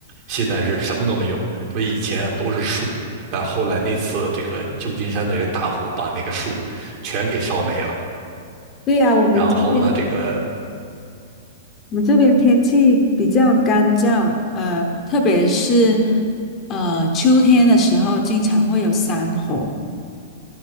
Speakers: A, on the right; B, on the left.
A: 现在是什么都没有，所以以前都是树，但后来那次这个旧金山这个大火把那个树全给烧没了。
B: 对呀，我们这边
A: 然后呢，这个
B: 我们这边天气比较干燥，呃，特别是呃秋天的时候，经常会有山火。